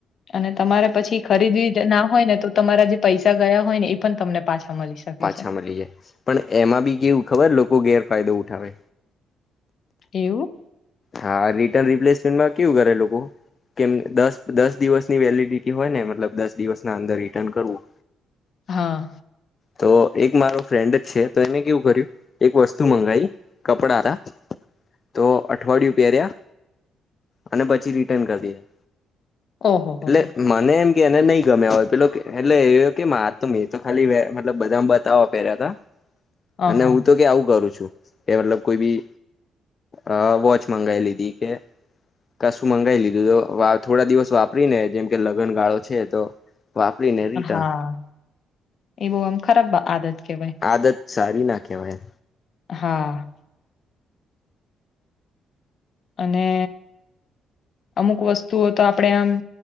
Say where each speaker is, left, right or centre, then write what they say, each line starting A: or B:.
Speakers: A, on the left; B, on the left.
A: અને તમારે પછી ખરીદવી જ ના હોયને તો તમારા જે પૈસા ગયા હોયને એ પણ તમને પાછા મળી શકે
B: પાછા
A: છે.
B: મળી જાય. પણ એમાં બી કેવું ખબર? લોકો ગેરફાયદો ઉઠાવે.
A: એવું?
B: હા.. રિટર્ન રિપ્લેસમેન્ટમાં કેવું કરે લોકો? કેમ દસ-દસ દિવસની વેલિડિટી હોયને મતલબ દસ દિવસના અંદર રિટર્ન કરવું
A: હા.
B: તો એક મારો ફ્રેન્ડ જ છે તો એને કેવું કર્યું એક વસ્તુ મંગાવી કપડા હતા. તો અઠવાડિયું પહેર્યા અને પછી રિટર્ન કરી દીધા.
A: ઓહોહોહો!
B: એટલે મને એમ એને નહી ગમ્યા હોય પેલો એટલે એ કહે કે મારે તો મેં તો ખાલી બધા બતાવવા પહેર્યા હતા
A: અહં.
B: અને હું તો કહે આવું કરું છું. કે મતલબ કોઈ ભી અ વોચ મંગાવી લીધી કે કશું મંગાવી લીધું તો થોડા દિવસ વાપરીને જેમ કે લગ્નગાળો છે તો વાપરીને રિટર્ન
A: હા એ બહુ આમ્ ખરાબ આદત કહેવાય.
B: આદત સારી ના કહેવાય.
A: હા. અને અમુક વસ્તુઓ તો આપણે આમ